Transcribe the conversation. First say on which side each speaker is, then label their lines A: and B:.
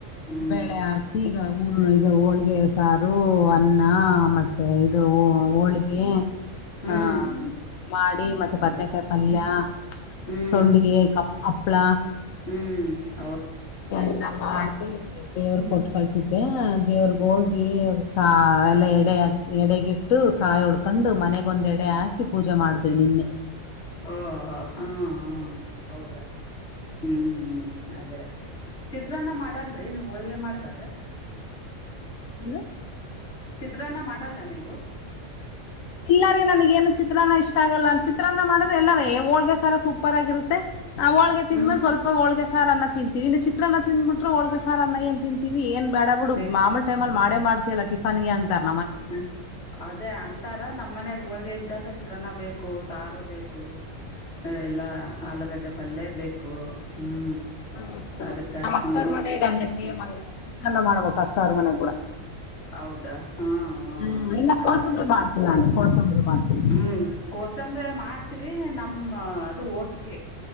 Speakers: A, on the left; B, on the left.
A: ಹ್ಞೂ
B: ಬೆಳೆ ಈಗ <unintelligible> ಊರು ಇದು ಹೋಳ್ಗೆ ಸಾರು ಅನ್ನ ಮತ್ತೆ ಇದು ಹೋಳ್ಗೆ
A: ಹ್ಞೂ
B: ಹ್ಮ
A: ಹ್ಞೂ
B: ಮಾಡಿ ಮತ್ತೆ ಬದನೇಕಾಯಿ <unintelligible> ಅಲ್ಲಾ
A: ಹ್ಞೂ
B: ಸೊಂಡಿಗೆ <unintelligible> ಹಪ್ಪಳ
A: ಹ್ಮ್
B: ಎಲ್ಲಾ ಮಾಡಿ ದೇವ್ರ
A: ಹ್ಞೂ
B: ಕೊಟ್ ಕಳ್ಸಿದ್ದ ಮತ್ತ ದೇವ್ರಗ ಹೋಗಿ ಕಾ ಎಲ್ಲ ಎಡೆ ಎಡೆಗಿಟ್ಟು ಕಾಯಿ ಉಡ್ಕೊಂಡು ಮನೆಗೊಂದ್ ಎಡೆ ಹಾಕಿ ಪೂಜೆ ಮಾಡ್ತೇವಿ ನಿನ್ನೆ
A: ಓಹೋ ಹಾ ಹಾ ಹ ಹೌದಾ ಹ್ಮ್ ಅದೇ ಅದೇ ಚಿತ್ರಾನ್ನ ಮಾಡಲ್ರಿ ನೀವ್ ಹೋಳ್ಗೆ ಮಾಡ್ದಾಗ.
B: ಇನು.
A: ಚಿತ್ರಾನ್ನ ಮಾಡಲ್ಲ ನೀವು
B: ಇಲ್ಲ ರೀ ನನ್ಗ ಏನು ಚಿತ್ರನ್ನಾ ಇಷ್. ಇಷ್ಟ ಆಗಲ್ಲ ನ ಚಿತ್ರಾನ್ನ ಮಾಡಿದ್ರೆ ಎಲ್ಲಾರು ಹೋಳ್ಗೆ ಸಾರು ಸೂಪರ್ ಆಗಿರುತ್ತೆ. ಆ ಹೋಳ್ಗೆ ತಿಂದ್ಮೇಲೆ
A: ಹ್ಞೂ
B: ಸ್ವಲ್ಪ ಹೋಳ್ಗೆ. ಸಾರ್ ಅನ್ನ ತಿಂತೀವಿ ಇನ್ನ್ ಚಿತ್ರನನ್ನ ತಿಂಬಿಟ್ರೆ ಹೋಳ್ಗೆ ಸಾರ್ ಅನ್ನ ಏನ್ ತಿಂತೀವಿ ಏನ್. ಬ್ಯಾಡ ಬಿಡು
A: ಏ
B: ಮಾಮೂಲ್ ಟೈಮ್ ಅಲಿ ಮಾಡೆ ಮಾಡ್. <unintelligible> ಟಿಫನ್ ಗೆ ಅಂತರ್
A: ಹ ಅದೇ ಅಂತಾರ ನಮ್ಮ್ ಮನೆಗ್ ಹೋಳ್ಗೆ ಇದ್. <unintelligible> ಚಿತ್ರಾನ್ನ ಬೇಕು ಸಾರು ಬೇಕು ಎಲ್ಲಾ ಆಲೂಗಡ್ಡೆ ಪಲ್ಯ ಬೇಕು. ಹ್ಞೂ
B: ಹ್ಮ್ ಹ್ಮ್
A: ಅದಕ್ಕೆ
B: ನಮ್ಮ
A: ಹ್ಞೂ
B: ಅಕ್ಕ್ರ ಮನೆಗ ಹಂಗೆ ಸೇಮ್. <inaudible> <unintelligible> ಮಾಡ್ಬೇಕು ಅಕ್ಕಾರ ಮನೆ ಕೂಡ.
A: ಹೌದಾ ಹಾ ಹ
B: ಹ್ಮ್ ಇಲ್ಲ
A: ಅದೇ
B: ಕೋಸಂಬರಿ
A: ಅದೇ
B: ಮಾಡ್ತೀನಿ ನಾನು ಕೋಸಂಬರಿ ಮಾಡ್ತೀನಿ
A: ಹ್ಮ್ ಕೋಸಂಬ್ರೆ ಮಾಡ್ತೆ. ರೀ ನಮ್ಮ ಅದು ಓಪಿಕೆ.